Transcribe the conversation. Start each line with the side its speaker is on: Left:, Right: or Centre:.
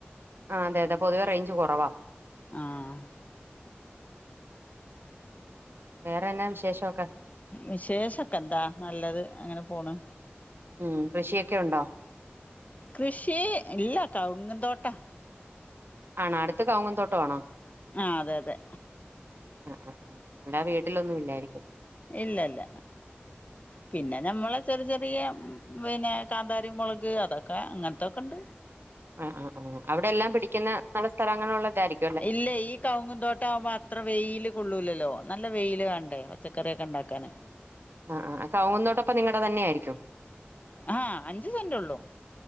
Right: ആ അതെ അതെ പൊതുവെ റേഞ്ച് കൊറവാ.
Left: ആഹ്
Right: വേറെന്നാ വിശേഷക്കെ?
Left: വിശേഷൊക്കെ എന്താ നല്ലത് അങ്ങനെ പോണ്.
Right: ഉം കൃഷിയൊക്കെ ഉണ്ടോ?
Left: കൃഷി ഇല്ല കവുങ് തോട്ടാ.
Right: ആണോ അടുത് കവുങ്ങും തോട്ടൊ ആണോ?
Left: ആഹ്‌ അതെ അതെ.
Right: ആ ആ ആ അല്ലാതെ വീട്ടിലൊന്നും ഇല്ലായിരിക്കും.
Left: ഇല്ലല്ല പിന്നെ ഞമ്മള് ചെറി ചെറിയ പിന്നെ കാന്താരിമൊളക് അതൊക്കെ അങ്ങൻത്തൊക്കെ ഉണ്ട്.
Right: ആ ആ ആ അവടെ എല്ലാം പിടിക്കുന്ന നല്ല സ്ഥലങ്ങളുള്ള തായിരിക്കും.
Left: ഇല്ലേയ് ഈ ക്കവുങ് തോട്ടാവുമ്പോ അ അത്ര വെയില് കൊള്ളൂലല്ലോ നല്ല വെയില് വേണ്ടേ പച്ചക്കറിയൊക്കെ ണ്ടാക്കാന്.
Right: ആ ആ അ കവുങ് തോട്ടപ്പ നിങ്ങടെ തന്നെ ആയിരിക്കും.
Left: ആഹ് അഞ്ച് സെന്റ്ഒള്ളു